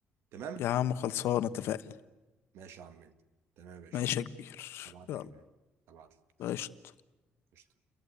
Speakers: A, on the right; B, on the left.
A: تمام
B: يا عم خلصانة اتفقنا
A: ماشي يا عم منه. تمام يا باشا
B: ماشي يا كبير
A: هبعت
B: يلا
A: لك الفيديو هبعت لك
B: قشطة
A: قشطة